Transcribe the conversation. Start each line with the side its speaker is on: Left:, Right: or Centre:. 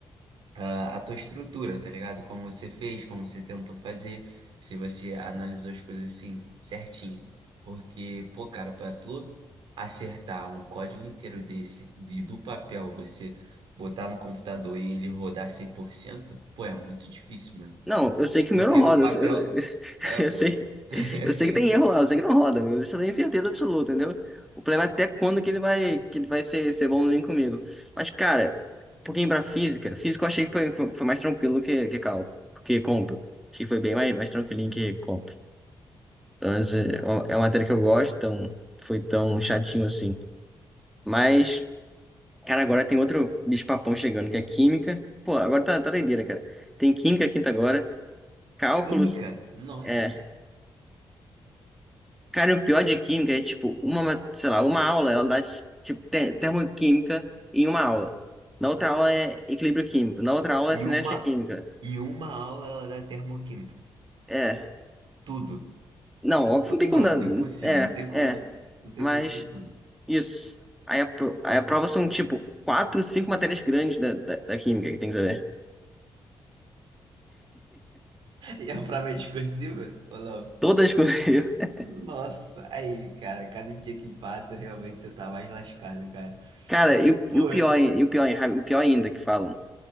Right: ah, a tua estrutura, tá ligado? Como você fez, como você tentou fazer, se você analisou as coisas assim certinho. Porque, pô, cara, pra tu acertar um código inteiro desse, de, do papel, você botar no computador e ele rodar 100% pô, é muito difícil, mano.
Centre: Não, eu sei que
Right: Porque
Centre: o meu não roda.
Right: no papel,
Centre: Eu, sei,
Right: é,
Centre: <laughs>
Right: pô.
Centre: eu sei
Right: <laughs>
Centre: eu sei que tem erro lá, eu sei que não roda. Eu isso eu tenho certeza absoluta, entendeu? O problema é até quando que ele vai, que ele vai ser, ser bonzinho comigo. Mas, cara, um pouquinho pra física. Física eu achei que foi, foi, foi mais tranquilo que, que cálculo, que compro. Achei que foi bem mais, mais tranquilinho que compro. Então, é uma é uma matéria que eu gosto, então foi tão chatinho assim. Mas. Cara, agora tem outro bicho-papão chegando, que é química. Pô, agora tá, tá doideira, cara. Tem química quinta agora, cálculos.
Right: Química, nossa.
Centre: É. Cara, e o pior de química é, tipo, uma, ma- sei lá, uma aula, ela dá, tipo, te- termoquímica em uma aula. Na outra aula é equilíbrio químico. Na outra aula
Right: Em
Centre: é cinética
Right: uma,
Centre: química.
Right: em uma aula ela dá termoquímica.
Centre: É.
Right: Tudo.
Centre: Não, óbvio,
Right: Tudo
Centre: não tem
Right: não,
Centre: como dar.
Right: impossível,
Centre: É,
Right: não tem como,
Centre: é.
Right: não tem
Centre: Mas,
Right: como ser tudo.
Centre: isso. Aí a, pro- aí a prova são, tipo, quatro, cinco matérias grandes da, da, da química que tem que saber.
Right: E a prova é discursiva? Ou não?
Centre: Todas coisas. <laughs>
Right: Nossa, aí, cara, cada dia que passa, realmente você tá mais lascado, cara.
Centre: Cara, e o,
Right: Pô,
Centre: e o pior, e o pior, o pior ainda que falam,